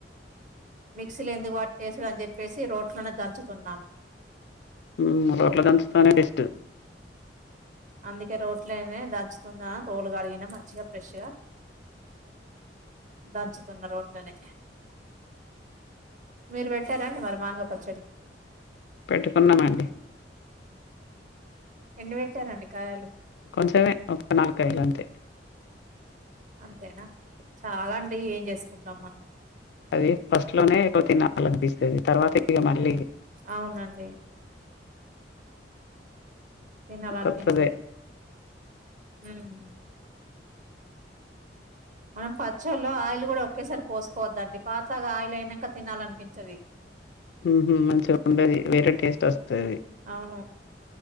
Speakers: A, on the right (about 45°); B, on the left (about 65°).
A: మిక్సీలు ఎందుకు పట్టేస్ తుడు అని చెప్పేసి రోట్లోనే దంచుతున్నాం
B: ఉమ్ రోట్లో దంచుతనే బెస్ట్
A: అందుకే రోట్లోనే దంచుతున్నా రోలు కడిగినా మంచిగా ఫ్రెష్గా దంచుతున్న రోట్లనే మీరు పెట్టారాండి మరి మ్యాంగో పచ్చడి
B: పెట్టుకున్నామండి
A: ఎన్ని పెట్టారండి కాయలు
B: కొంచమే ఒక నాలుగు కాయలు అంతే
A: అంతేనా చాల్ అండి ఏం చేసుకుంటాం మనం
B: అది ఫస్ట్ లోనే ఎక్కువ తినాల అనిపిస్తది తర్వాత ఇగ మళ్ళీ
A: అవునండి తినాల
B: కొత్తదే
A: అనిపించది హ్మ్ మనం పచ్చల్లో ఆయిల్ కూడా ఒకేసారి పోసుకోవద్దండి పాతగా ఆయిల్ అయినాక తినాలనిపించది
B: హ్మ్ హు మంచిగ ఉండది వేరే టేస్ట్ వస్తది
A: అవును